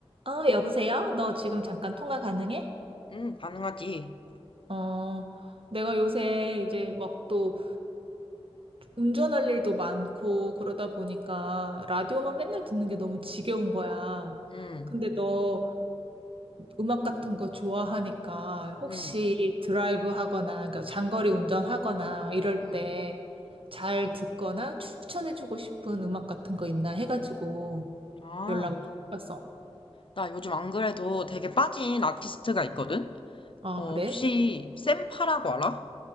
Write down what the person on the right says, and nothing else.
어, 여보세요? 너 지금 잠깐 통화 가능해?
어, 내가 요새 이제 막 또 운전할 일도 많고 그러다 보니까 라디오만 맨날 듣는 게 너무 지겨운 거야.
근데 너는 음악 같은 거 좋아하니까 혹시
드라이브 하거나, 그러니까 장거리 운전하거나 이럴
때 잘 듣거나 추천해주고 싶은 음악 같은 거 있나 해가지고
연락을 좀 해봤어.
아,
그래?